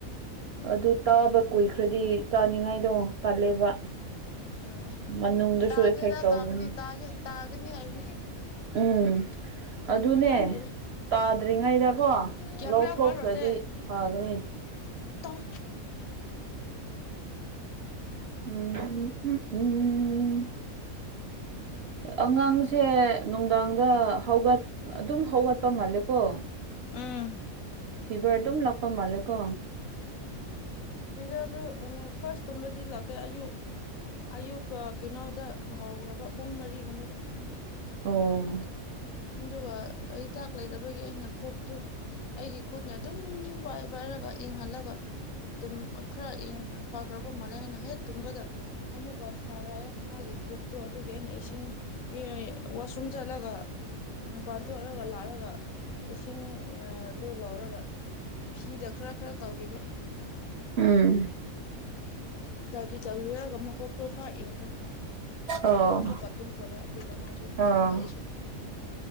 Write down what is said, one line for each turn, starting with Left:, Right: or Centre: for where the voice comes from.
Left: ꯎꯝ
Right: ꯑꯗꯨ ꯇꯥꯕ ꯀꯨꯏꯈ꯭ꯔꯗꯤ ꯆꯥꯅꯤꯡꯉꯥꯏꯗꯣ ꯇꯜꯂꯦꯕ꯫
Left: ꯑ
Right: ꯃꯅꯨꯡꯗꯁꯨ
Left: ꯇꯥꯗꯦꯗ
Right: ꯑꯦꯐꯦꯛ ꯇꯧꯕꯅꯤ
Left: ꯇꯥꯕꯗꯤ ꯇꯥꯒꯦ ꯇꯥꯒꯅꯤ ꯍꯥꯏꯕꯅꯤ꯫
Right: ꯎꯝ
Left: ꯃꯨꯟꯕ
Right: ꯑꯗꯨꯅꯦ꯫
Left: ꯌꯥꯝ ꯂꯩꯔꯦ
Right: ꯇꯥꯗ꯭ꯔꯤꯉꯩꯗꯀꯣ
Left: ꯀꯌꯥꯝꯒ
Right: ꯂꯧꯊꯣꯛꯈ꯭ꯔꯗꯤ
Left: ꯋꯥꯔꯣꯁꯦ
Right: ꯐꯒꯅꯤ꯫
Left: <unintelligible>
Right: <unintelligible> ꯑꯉꯥꯡꯁꯦ ꯅꯨꯡꯗꯥꯡꯗ ꯍꯧꯒꯠ ꯑꯗꯨꯝ ꯍꯧꯒꯠꯄ ꯃꯥꯜꯂꯦꯀꯣ꯫
Left: ꯎꯝ
Right: ꯐꯤꯚꯔ ꯗꯨꯝ ꯂꯥꯛꯄ ꯃꯥꯂꯦꯀꯣ꯫
Left: ꯍꯣꯏ ꯐꯤꯕꯔꯗꯨ ꯐꯥꯔꯁꯇꯨꯝꯕꯗꯤ ꯂꯥꯛꯇꯦ ꯑꯌꯨꯛ ꯑꯌꯨꯛꯀ ꯀꯩꯅꯣꯗ ꯍꯧꯈ꯭ꯔꯕ ꯄꯨꯡ ꯃꯔꯤꯒꯨꯝꯕꯗ
Right: ꯑꯣ
Left: ꯑꯗꯨꯒ ꯍꯤꯗꯥꯛ ꯂꯩꯇꯕꯒꯤ ꯑꯩꯅ ꯈꯣꯛꯇꯨ ꯑꯩꯒꯤ ꯈꯨꯠꯅ ꯑꯗꯨꯝ ꯄꯥꯏ ꯄꯥꯏꯔꯒ ꯏꯪꯍꯜꯂꯒ ꯇꯨꯝ ꯈꯔ ꯏꯪ ꯐꯈ꯭ꯔꯕ ꯃꯥꯜꯂꯦ ꯍꯥꯏꯅ ꯍꯦꯛ ꯇꯨꯝꯕꯗ ꯑꯃꯨꯛꯀ ꯁꯥꯔꯛꯑꯦ ꯃꯥꯒꯤ ꯀꯣꯛꯇꯣ ꯑꯗꯨꯒꯤ ꯑꯩꯅ ꯏꯁꯤꯡ ꯏ ꯋꯥꯁꯔꯨꯝ ꯆꯠꯂꯒ ꯃꯄꯥꯟ ꯊꯣꯛꯂꯒ ꯂꯥꯛꯔꯒ ꯏꯁꯤꯡꯅ ꯑꯗꯨ ꯂꯧꯔꯒ ꯐꯤꯗ ꯈꯔ ꯈꯔ ꯇꯧꯕꯤꯕ
Right: ꯎꯝ
Left: ꯇꯒꯤ ꯇꯧꯕꯤꯔꯒ ꯃꯀꯣꯛꯇꯣ ꯈꯔ ꯏꯪꯈ꯭ꯔꯦ
Right: ꯑꯣ
Left: ꯑꯗꯨꯒ ꯑꯃꯨꯛꯀ ꯇꯨꯝꯈ꯭ꯔꯕ ꯑꯗꯨꯒ ꯃꯥꯁꯨ
Right: ꯑꯣ
Left: ꯑꯗꯨꯒ ꯑꯩꯁꯨ